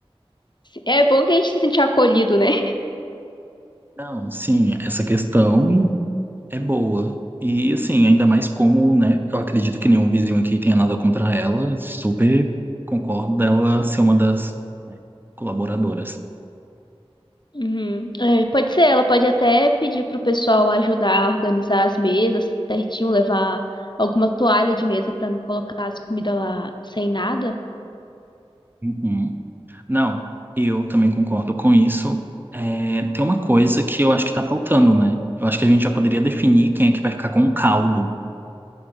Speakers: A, on the left (about 45°); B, on the right (about 20°).
A: É bom que a gente se sentiu acolhido, né?
B: Não, sim, essa questão é boa. E, assim, ainda mais como, né, eu acredito que nenhum vizinho aqui tenha nada contra ela, super concordo dela ser uma das colaboradoras.
A: Uhum. É, pode ser, ela pode até pedir pro pessoal ajudar a organizar as mesas certinho, levar alguma toalha de mesa pra não colocar as comidas lá sem nada.
B: Uhum. Não, eu também concordo com isso. É, tem uma coisa que eu acho que tá faltando, né? Eu acho que a gente já poderia definir quem é que vai ficar com o caldo.